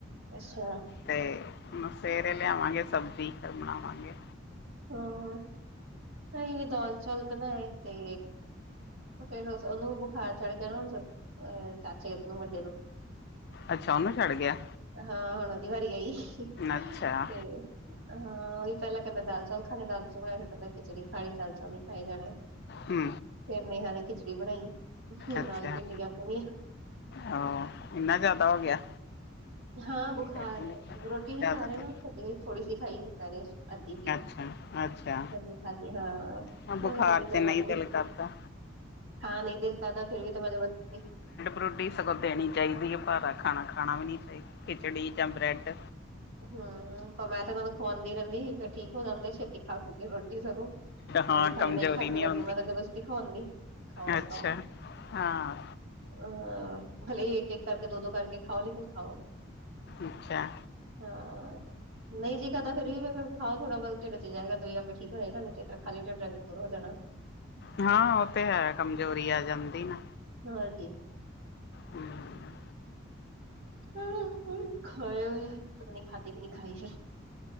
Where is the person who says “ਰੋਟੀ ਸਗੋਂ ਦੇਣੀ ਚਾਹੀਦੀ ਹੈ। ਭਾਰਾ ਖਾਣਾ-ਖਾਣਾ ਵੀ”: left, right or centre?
Left